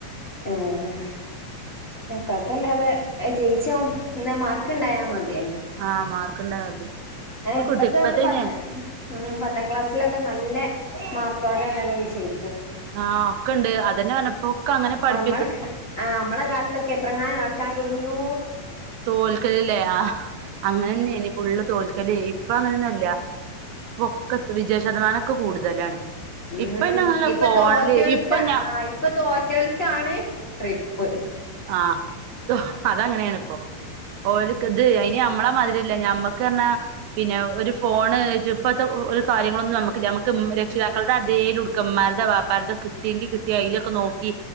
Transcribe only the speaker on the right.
ആഹ് മാർക്ക് ഉണ്ടായത്
ഇപ്പൊ
കിട്ടും ഇപ്പത്തേന്
ആഹ് ഒക്കെണ്ട് അതന്നെ പറഞ്ഞപ്പോ ഒക്കെ അങ്ങനെ പടി
തോൽക്കലില്ലേ ആഹ് അങ്ങനെന്നെയ്‌നി ഫുള്ള് തോൽക്കല് എയ്നി ഇപ്പം അങ്ങനെന്നുല്ല ഇപ്പൊക്കെ വിജയ ശതമാനൊക്കെ കൂടുതലാണ്
ഇപ്പ പിന്നെ അങ്ങനല്ല
ഫോണില്
ഇപ്പൊ ഞാ
ആഹ് തോ അതങ്ങനെയാണ് ഇപ്പം ഓല്ക്ക്ത് അയ്നി നമ്മളെ മാതിര്യല്ല ഞമ്മക്ക് ർഞ്ഞാ പിന്നെ ഒരു ഫോണ് ഇപ്പത്തെ ഒരു കാര്യങ്ങളൊന്നും ഞമ്മക്കില്ല ഞമ്മക്ക് രക്ഷിതാക്കളുടെ അതേ ക്ക ഇമ്മാര്തൊ വാപ്പാർതൊ കിട്ടിയെങ്കി കിട്ടി അയ്ലൊക്കെ നോക്കി